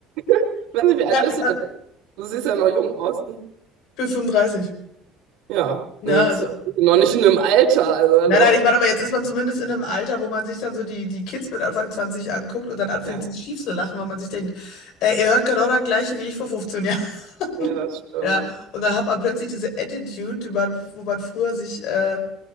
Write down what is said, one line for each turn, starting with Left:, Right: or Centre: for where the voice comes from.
Right: Ich weiß nicht, wie alt
Left: Ich
Right: bist du denn? Du siehst ja noch jung aus.
Left: bin 35.
Right: Ja,
Left: Ja,
Right: du
Left: also.
Right: bist ja noch nicht in einem Alter, also hallo.
Left: Nein, nein, ich meine, aber jetzt ist man zumindest in einem Alter, wo man sich dann so die, die Kids mit Anfang 20 anguckt und dann anfängt,
Right: Ja,
Left: sich schief zu lachen, weil man sich denkt, ey, ihr hört genau das Gleiche wie ich vor 15 Jahren. <laughs>
Right: ja, das stimmt.
Left: Ja, und dann hat man plötzlich diese Attitude, die man, wo man früher sich äh,